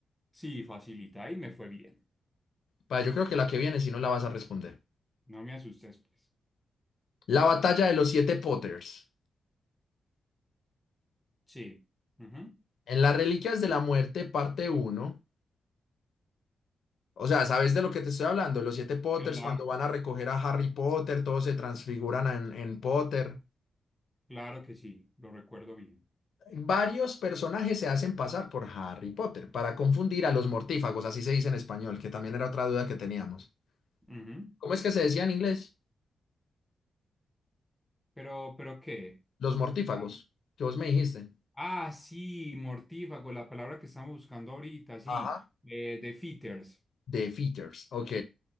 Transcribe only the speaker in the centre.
Sí, facilita y me fue bien.
No me asustes, pues.
Sí. Ujú.
Claro,
que-
claro que sí, lo recuerdo bien.
Ujú.
Pero, pero ¿qué?
La-
Ah, sí, mortífago, la palabra que estamos buscando ahorita, sí.
Eh, de fitters.